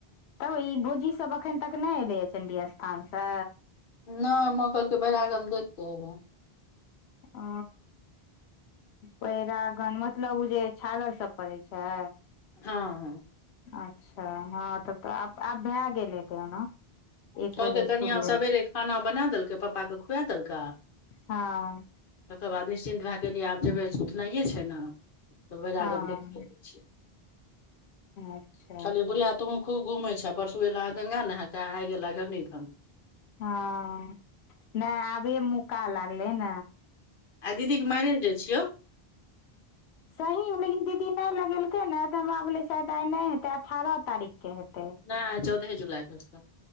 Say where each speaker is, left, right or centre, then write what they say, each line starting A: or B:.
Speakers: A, on the left (about 85°); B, on the left (about 60°).
A: तब ई भोजी सब अखन तक नै एलै या चंडी स्थान स
B: नै माँ कहलके बैरागन देखक एबौ
A: ओ बैरागन मतलब उ जे छागर सब पड़ै छै।
B: हाँ हाँ।
A: अच्छा हाँ तब तऽ आब आब भए गेलै तै ओना एक
B: कहलके
A: बजे से
B: कनिया
A: शुरू होइ
B: सबेरे
A: छै
B: खाना बना देलकै पप्पा केँ खुआ देलकेँ
A: हाँ।
B: तकर बाद निश्चिन्त भए गेलियै आब जेबै सुतनाइए छै न त बैरागन
A: हँ
B: देखयै ले छियै
A: अच्छा
B: कहलियै बुढ़िया तुहूँ खूब घूमै छै परसू अयला गङ्गा नहाके आइ गेलाहँ चंडीथान
A: हाँ नै आबै मौका लागलै न
B: आइ दीदीेके मारैज डे छियौ
A: सहीमे लेकिन दीदी नै लगेलकै ने तऽ हमरा भेलोै शायद आइ नै हेतै अठारह तारीखके हेतै
B: नै आइ चौदहे जुलाइ के छै